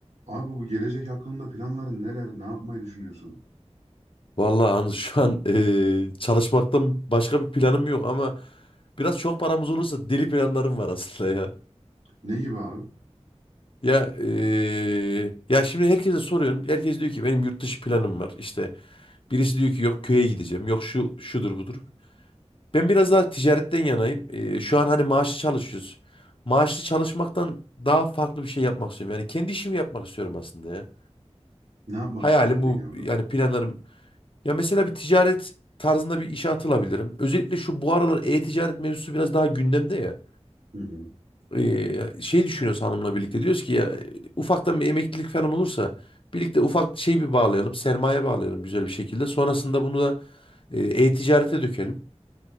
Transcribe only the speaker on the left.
Vallahi Anıl <laughs> şu an eee, çalışmaktan başka bir planım yok ama biraz çok paramız olursa deli planlarım var aslında ya.
Ya eee, ya şimdi herkese soruyorum. Herkes diyor ki benim yurt dışı planım var. İşte birisi diyor ki yok köye gideceğim. Yok şu şudur budur. Ben biraz daha ticaretten yanayım. Eee, şu an hani maaşlı çalışıyoruz. Maaşlı çalışmaktan daha farklı bir şey yapmak istiyorum. Yani kendi işimi yapmak istiyorum aslında ya.
Hayalim
bu
yani planlarım Ya mesela bir ticaret tarzında bir işe atılabilirim. Özellikle şu bu aralar e-ticaret mevzusu biraz daha gündemde ya.
Ee, şey düşünüyoruz hanımla birlikte diyoruz ki ya ufaktan bir emeklilik falan olursa birlikte ufak şey bir bağlayalım, sermaye bağlayalım güzel bir şekilde. Sonrasında bunu da e, e-ticarete dökelim.